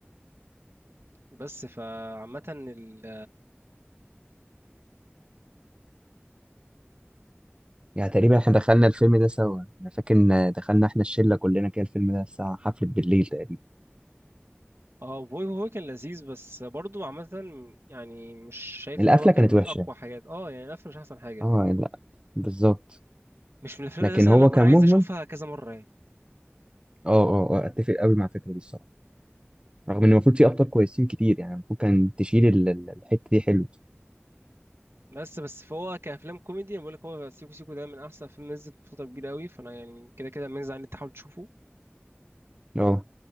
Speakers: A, on the right; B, on the right.
A: بس فعامه ال
B: يعني تقريبا احنا دخلنا الفيلم ده سوا انا فاكر ان دخلنا احنا الشله كلنا كده الفيلم ده الساعه حفله بالليل تقريبا
A: اه بوي بوي كان لذيذ بس برضو عامه يعني مش شايف
B: القفله
A: ان هو كان
B: كانت
A: من
B: وحشه
A: اقوى حاجات اه يعني الافلام مش احسن حاجه
B: اه لا بالظبط
A: مش من الافلام
B: لكن
A: اللي مثلا
B: هو
A: اللي اكون
B: كان
A: عايز
B: مجمل
A: اشوفها كذا مره يعني
B: اه اه آه، اتفق قوي مع الفكره دي الصراحه رغم ان المفروض في ابطال كويسين كتير يعني المفروض كان تشيل ال- ال- الحته دي حلو
A: بس بس فهو كافلام كوميدي انا بقول لك هو سيكو سيكو ده من احسن فيلم نزلت من فتره كبيره قوي فانا يعني كده كده منزل ان انت تحاول تشوفه
B: اه